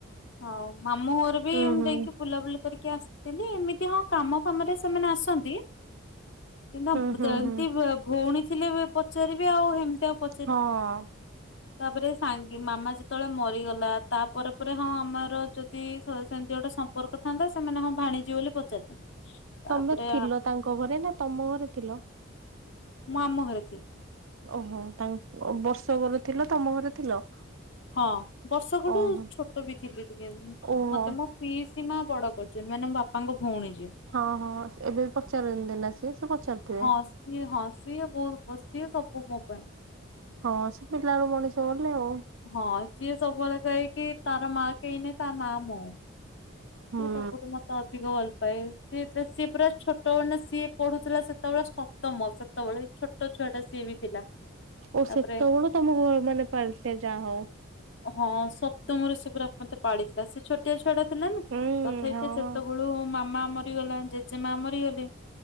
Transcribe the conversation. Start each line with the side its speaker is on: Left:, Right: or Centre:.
Left: ହଁ ମାମୁଁ ଘୋର ବି
Right: ହୁଁ
Left: ମୁଁ
Right: ହୁଁ
Left: ଯାଇକି ବୁଲାବୁଲି କରିକି ଆସ ଡେଲି ଏମିତି ହଁ କାମ ଫାମରେ ସେମାନେ ଆସନ୍ତି। କି ନା
Right: ହୁଁ ହୁଁ ହୁଁ
Left: ଯେମିତି
Right: ହୁଁ
Left: ଭ ଭଉଣୀ ଥିଲେ ପଚାରିବେ ଆଉ ହେମିତି ଆଉ ପ
Right: ହଁ ଅ
Left: ତାପରେ ସାଙ୍ଗ କି ମାମା ଯେତେବେଳେ ମରିଗଲା ତାପରେ ପରେ ହଁ ଆମର ଯଦି ସେ ସେମିତି ଗୋଟେ ସ ସମ୍ପର୍କ ଥାଆନ୍ତା ସେମାନେ ହଁ ଭାଣିଜି ବୋଲି ପଚାରିଥାନ୍ତେ। ତାପରେ
Right: ତମେ ଥିଲ ତାଙ୍କ ଘରେ ନା ତମ ଘରେ ଥିଲ
Left: ମୁଁ ଆମ ଘରେ ଥିଲି।
Right: ଓହୋ ତାଙ୍କ ବର୍ଷକର ଥିଲ ତମ ଘରେ ଥିଲ
Left: ହଁ ବର୍ଷ କଠୁ
Right: ଓହୋ
Left: ଛୋଟ ବି ଥିଲି ଟିକେ
Right: ଓହୋ
Left: ମତେ ମୋ ପିଇସୀମା ବଡ କରିଛନ୍ତି ମାନେ ମୋ ବାପାଙ୍କ ଭଉଣୀ ଯିଏ।
Right: ହଁ ହଁ ଏବେ ବି ପଚାରନ୍ତି ନା ସେ ପଚାରୁଥିବେ।
Left: ହଁ ସିଏ ହଁ ସିଏ ବହୁତ ସିଏ ସବୁ ମୋ ପାଇଁ
Right: ହଁ ସେ ପିଲାର ମଣିଷ ଗଲେ ଆଉ
Left: ହଁ ଯିଏ ସବୁବେଳେ କହିକି ତାର ମା କେହିନି ତା ମା ମୋ
Right: ହୁଁ।
Left: ସିଏ ସବୁଠୁ ମତେ ଅଧିକ ଭଲ ପାାଏ ସିଏ ସିଏ ପୁରା ଛୋଟ ନା ସିଏ ପଢୁଥିଲା ସେତେବେଳେ ସପ୍ତମ ସେତେବେଳେ ଛୋଟ ଛୁଆ ଟା ସିଏ ବି ଥିଲା।
Right: ଓ ସେତେବେଳୁ
Left: ତାପରେ
Right: ତମ ଘର ମାନେ ପାଳିଥେ ଯାହା ହଉ
Left: ହଁ ସପ୍ତମରେ ସେ ପୁରା ମତେ ପାଳିଥିଲା ସେ ଛୋଟିଆ ଛୁଆଟା ଥିଲା ନା
Right: ହୁଁ
Left: ତଥାପି
Right: ହଁ
Left: ସେ ସେତେବେଳେ ମାମା ମରି ଗଲା ଜେଜେମା ମରିଗଲେ